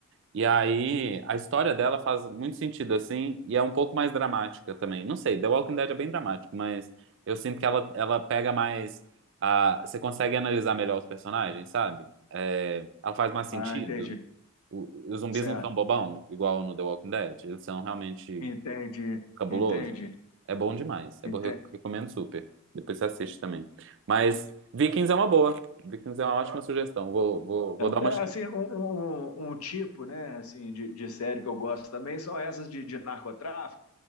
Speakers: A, on the right; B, on the left.
A: E aí a história dela faz muito sentido assim e é um pouco mais dramática também. Não sei, The Walking Dead é bem dramático, mas eu sinto que ela, ela pega mais a, você consegue analisar melhor os personagens, sabe? É, ela faz mais sentido.
B: Ah, entendi.
A: O- os zumbis
B: Certo.
A: não são bobão, igual no The Walking Dead. Eles são realmente
B: Entendi.
A: Cabuloso.
B: Entendi.
A: É bom demais. Eu
B: Entendi.
A: re- recomendo super. Depois você assiste também. Mas Vikings é uma boa. Vikings é uma ótima sugestão. Vou, vou, vou dar uma
B: É, é,
A: chance.
B: assim, um, um, um um tipo, né, assim, de, de série que eu gosto também são essas de, de narcotráfico,